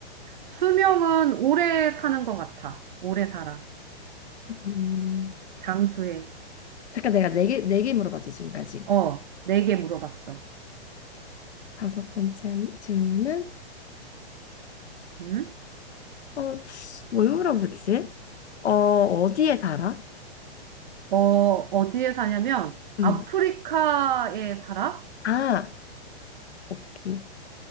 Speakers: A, on the right; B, on the left.
A: 수명은 오래 사는 것 같아. 오래 살아.
B: 음,
A: 장수해.
B: 잠깐 내가 네 개, 네 개 물어봤지 지금까지.
A: 어, 네 개 물어봤어.
B: 다섯 번째 질문은
A: 응?
B: 어, 뭘 물어보지? 어, 어디에 살아?
A: 어, 어디에 사냐면,
B: 음,
A: 아프리카에 살아?
B: 아, 오케이.